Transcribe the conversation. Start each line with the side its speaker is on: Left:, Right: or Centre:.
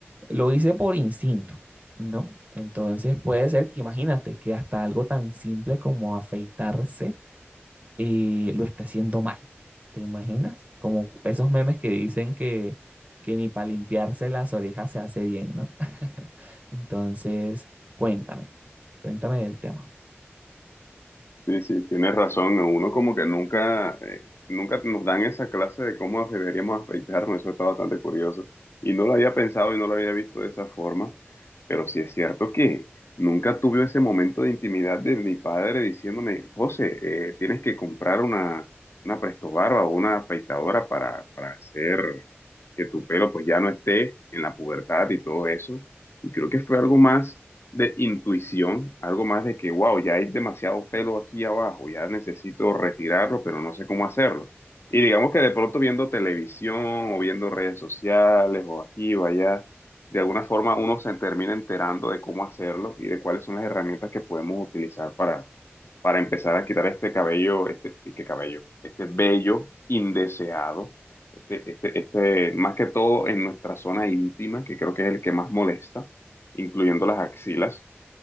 Right: lo hice por instinto, ¿no? Entonces puede ser que imagínate que hasta algo tan simple como afeitarse eh, lo está haciendo mal, ¿te imaginas? Como esos memes que dicen que, que ni para limpiarse las orejas se hace bien, ¿no? <laughs> Entonces, cuéntame, cuéntame del tema.
Left: Sí, sí, tienes razón. Uno como que nunca, eh, nunca nos dan esa clase de cómo deberíamos afeitarnos. Eso está bastante curioso. Y no lo había pensado y no lo había visto de esa forma. Pero sí es cierto que nunca tuve ese momento de intimidad de mi padre diciéndome, José, eh, tienes que comprar una, una prestobarba o una afeitadora para, para hacer que tu pelo pues ya no esté en la pubertad y todo eso. Y creo que fue algo más de intuición, algo más de que, wow, ya hay demasiado pelo aquí abajo, ya necesito retirarlo, pero no sé cómo hacerlo. Y digamos que de pronto viendo televisión o viendo redes sociales o aquí o allá, de alguna forma uno se termina enterando de cómo hacerlo y de cuáles son las herramientas que podemos utilizar para, para empezar a quitar este cabello, este, y qué cabello, este vello indeseado, este, este, este, más que todo en nuestra zona íntima, que creo que es el que más molesta incluyendo las axilas.